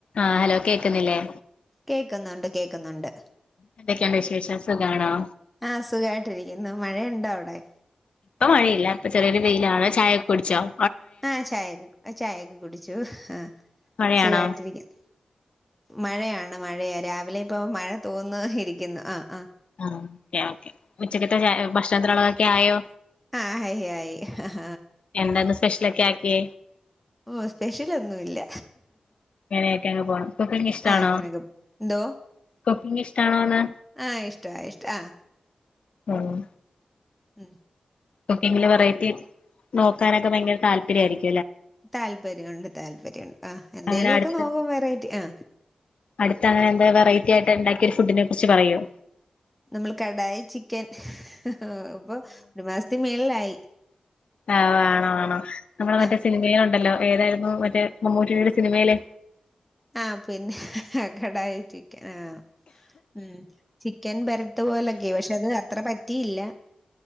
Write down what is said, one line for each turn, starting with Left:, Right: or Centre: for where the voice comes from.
Left: ആഹ hello കേക്കുന്നില്ലേ
Centre: കേൾക്കുന്നുണ്ട് കേക്കുന്നുണ്ട്
Left: എന്തൊക്കെയാാണ് വിശേഷവാസം കാണോ
Centre: ആഹ സുഖായിട്ടി ഇരിക്കുന്നു മഴയുണ്ടോ അവിടെ
Left: ഇപ്പൊ മഴയില്ല ഇപ്പ ചെറിയരു പെയിലാണ് ചായ ഒക്കെ കുടിച്ചാവോ
Centre: ആഹ ചായയൊക്കെ ചായൊക്കെ കുടിച്ചു ആഹ
Left: മഴയാണോ
Centre: സുഖായിട്ടിരിക്കുന്നു മഴയാണ് മഴയ രാവിലെ ഇപ്പ മഴ തോന്ന ഇരിക്കുന്നു ആഹ് ആഹ്
Left: ആ ഓക്കെ ഓക്കെ ഉച്ചക്കത്തെ ഭക്ഷണത്തിലളവ ക്കോ
Centre: ആഹ ഹയി ആയി ആഹ
Left: എന്താന്ന് സ്പെഷ്യലൊക്കെ ആക്കി
Centre: ഓ സ്പെഷ്യൽൊന്നുല്ല
Left: അങ്ങനെക്കെ പോണം കുക്കിങ് ഇഷ്ടാണോ
Centre: ഇങ്ങനെയൊക്കെ എന്തോ
Left: കുക്കിംഗ്‌ ഇഷ്ടാണോന്ന്
Centre: ആഹ് ഇഷ്ട ഇഷ്ട ആഹ്
Left: ആഹ
Centre: ഉം
Left: കുക്കിങ്ങില് വെറൈറ്റി നോക്കാനൊക്കെ ഭയങ്കര താല്പര്യ ആയിരിക്കും
Centre: താല്പര്യംണ്ട് താല്പര്യംണ്ട് ആ എന്തേലും
Left: അങ്ങനെ അടുത്ത്
Centre: ഒക്കെ നോക്കും വെറൈറ്റി ആ
Left: അടുത്തങ്ങനെ എന്താ വെറൈറ്റി ആയിട്ട് ഉണ്ടാക്കിയ ഫുഡിനെ കുറിച്ച് പറയോ
Centre: നമ്മൾ കടായി ചിക്കൻ ആ ഇപ്പൊ ഒരു മാസത്തി മേളിലായി
Left: ആഹ വേണോ വേണോ നമ്മളെ മറ്റേ
Centre: ആഹ്
Left: സിനിമൽ ഉണ്ടല്ലോ ഏതായിരുന്നു മറ്റേ മമ്മൂട്ടടിയുടെ സിനിമയിലെ
Centre: ആഹ പിന്നെ കാടായി ചിക്കൻ ആഹ ഉം ചിക്കൻ ബര പോലൊക്കെ പക്ഷെ അത് അത്ര പറ്റ പറ്റിയില്ല